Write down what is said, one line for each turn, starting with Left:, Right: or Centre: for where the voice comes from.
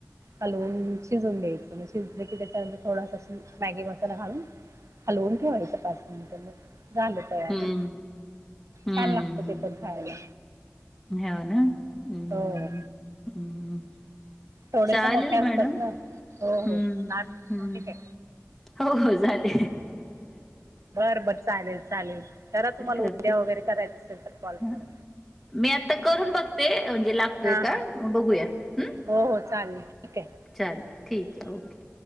Right: हलवून शिजवून द्यायचं. शिजलं की त्याच्यानंतर थोडासा मॅगी मसाला घालून हलवून ठेवायचां. पाच मिनट मग झालं तयार
Centre: हं, हं.
Right: छान लागत ते पण खायला.
Centre: हो ना हम्म
Right: हो.
Centre: हम्म.
Right: थोड्याशा
Centre: चालेल
Right: मोठ्या
Centre: मॅडम
Right: असतात ना हो
Centre: हम्म
Right: हो दहा मिनिट
Centre: हम्म.
Right: झाले काय
Centre: हो हो जाते.
Right: बरं बरं चालेल चालेल करा तुम्हाला
Centre: करते.
Right: उदया वगैरे करायचं असेल तर कॉल
Centre: हां.
Right: करा.
Centre: मी आता करून बघते म्हणजे लागतोय
Right: हां
Centre: का
Right: हां
Centre: म बघूया हम्म.
Right: हो हो चालेल ठीक आहे.
Centre: चालेल ठीक
Right: हां
Centre: आहे ओके.